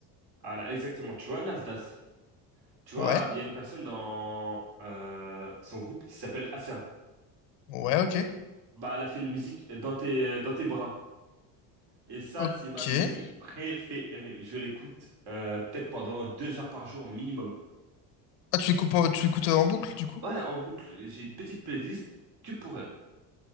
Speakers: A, on the right; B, on the left.
A: Ah là, exactement. Tu vois, Nasdaq. Tu vois,
B: Ouais,
A: il y a une personne dans euh, son groupe qui s'appelle Asia.
B: ouais, ok.
A: Bah, elle a fait une musique dans tes, dans tes bras. Et ça,
B: Ok.
A: c'est ma musique préférée. Je l'écoute euh, peut-être pendant deux heures par jour minimum.
B: Ah, tu écoutes, en- tu écoutes euh, en boucle, du coup?
A: Ouais, en boucle. J'ai une petite playlist que pour elle.